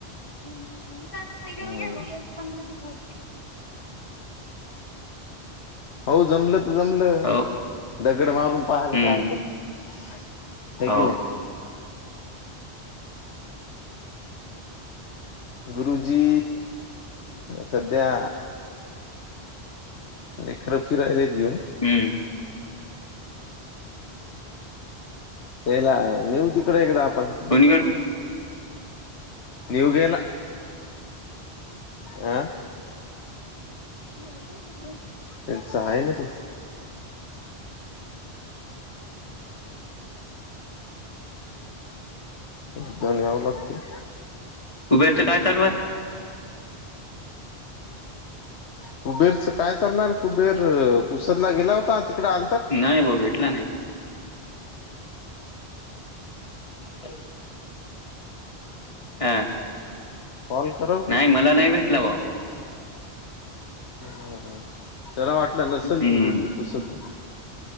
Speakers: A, on the left (about 30°); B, on the left (about 85°).
A: प
B: हम्म
A: हो
B: बर
A: झा पंरा दट <inaudible>
B: हो जमलं तर जमलं
A: हो.
B: दगड मारून पाहायला
A: हं,
B: काय हरकत आहे. हाय
A: हो.
B: की नाय. गुरुजी सध्या लेकर फिरायलेत घेऊन
A: हम.
B: याला नेऊ तिकडे एकदा आपण.
A: कुणीकड.
B: निव गेला. आ
A: ह का
B: त्यांच आहे ना ते एकदनव लागते
A: कुबेर च काय चालू आहे.
B: कुबेरच काय चालणार कुबेर पुसदला गेला होता तिकड आ
A: नाय व भेटला नाय. काय तरी हा.
B: कॉल करा.
A: नाय मला नाय भेटला ओ.
B: हा त्याला वाटलं नसेल
A: हम्म
B: तू तिथे. ओसरल